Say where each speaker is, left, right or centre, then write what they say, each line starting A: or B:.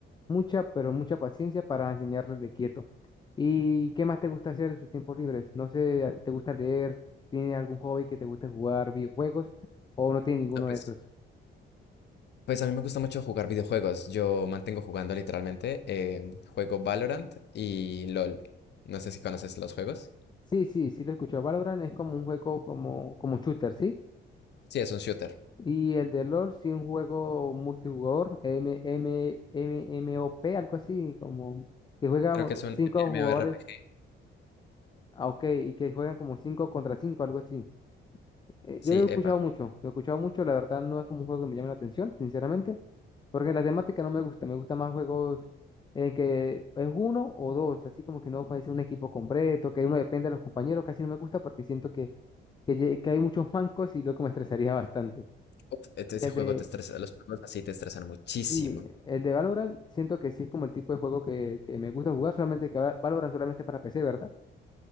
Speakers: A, on the left; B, on the left.
A: mucha, pero mucha paciencia para enseñarles de quieto. ¿Y qué más te gusta hacer en sus tiempos libres? No sé, ¿te gusta leer? ¿Tiene algún hobby que te guste jugar videojuegos o no tiene ninguno
B: No, pues,
A: de esos?
B: pues a mí me gusta mucho jugar videojuegos. Yo mantengo jugando literalmente. eh, juego Valorant y LOL. No sé si conoces los juegos.
A: Sí, sí, sí lo he escuchado Valorant es como un juego como, como shooter, ¿sí?
B: Sí, es un shooter.
A: Y el de LOL sí es un juego multijugador, M, M, M, MOP, algo así, como que juega
B: Creo que es un
A: 5
B: MMORPG.
A: jugadores Ah, ok, y que juegan como 5 contra 5, algo así. Eh,
B: Sí,
A: yo lo he escuchado
B: epa.
A: mucho, lo he escuchado mucho, la verdad no es como un juego que me llame la atención, sinceramente, porque la temática no me gusta, me gusta más juegos en que es uno o dos, así como que no parece un equipo completo, que uno depende de los compañeros, casi no me gusta porque siento que, que, lle- que hay muchos mancos y luego me estresaría bastante.
B: Uf, este-
A: Y
B: Ese
A: el
B: juego
A: de,
B: te estresa, los juegos así te estresan muchísimo.
A: sí, el de Valorant, siento que sí es como el tipo de juego que, que me gusta jugar, solamente que ahora Valorant solamente para PC, ¿verdad?